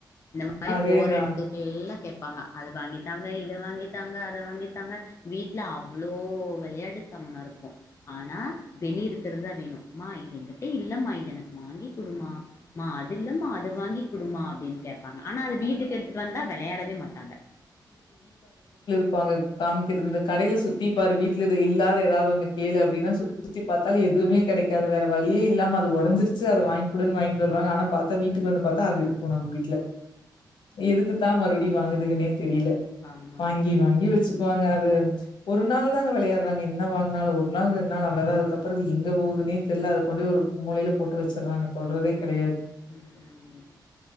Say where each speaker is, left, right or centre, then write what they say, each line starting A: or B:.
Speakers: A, on the left; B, on the left.
A: இந்த மாரி
B: அதேதா
A: போற எடத்துக்கெல்லாம் கே ப்பாங்க அது வாங்கித்தாங்க இத வாங்கித்தாங்க அத வாங்கித்தாங்க வீட்ல அவ்வளோ விளையாட்டு சமனம் இருக்கும் ஆனா வெளி இருக்கிறதுதான் வேணும்மா இதன்கிட்ட இல்ல மா இது எனக்கு வாங்கி கொடுமா மா அது இல்லமா அத வாங்கி கொடுமா அப்படின்ட் கேட்பாங்க ஆனா அது வீட்டுக்கு எடுத்துட்டு வந்தா விளையாடவே மாட்டாங்க
B: இப்ப அங்க காமிக்கிறது இந்த கடையில சுத்தி பாரு வீட்ல இது இல்லாத ஏதாவது ஒன்னு கேளு அப்படின்னா சுத்தி சுத்தி பாத்தாலு எதுமே கெடக்காது வேற வழியே இல்லாம அது உடைஞ்சிருச்சு அத வாங்கி குடுன்னு வாங்கிட்டு வருவாங்க ஆனா பாத்தா வீட்டுக்கு வந்து பாத்தா அது இருக்கும் நம்ம வீட்ல எதுக்குத்தான் மறுபடியும் வாங்குதுகனே தெரியல
A: ஆமாங்க.
B: வாங்கி வாங்கி வச்சுக்குவாங்க அது ஒரு நாள் தாங்க வெளையாடுறாங்க என்ன வாங்னாலு ஒரு நாள் ரெண் நாள் அவ்ளதான் அதுக்கப்பறம் அது எங்க போகுதுனே தெரியல அது கொண்டு ஒரு மூலயில போட்டு வச்சுறாங்க தொட்றதே கெடையாது
A: ம்ம் ம்